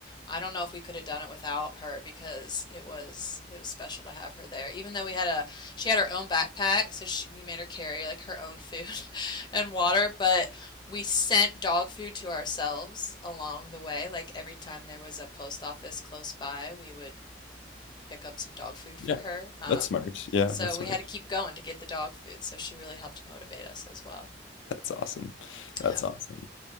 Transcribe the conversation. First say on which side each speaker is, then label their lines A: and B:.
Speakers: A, on the left; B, on the left.
A: I don't know if we could have done it without her because it was it was special to have her there. Even though we had a she had her own backpack, so she, we made her carry like her own food <laughs> and water, but we sent dog food to ourselves along the way. Like every time there was a post office close by, we would pick up some dog food for
B: Yeah.
A: her. Um,
B: That's smart. Yeah,
A: so
B: that's
A: we
B: smart.
A: had to keep going to get the dog food. So she really helped motivate us as well.
B: That's awesome. That's
A: Yeah,
B: awesome.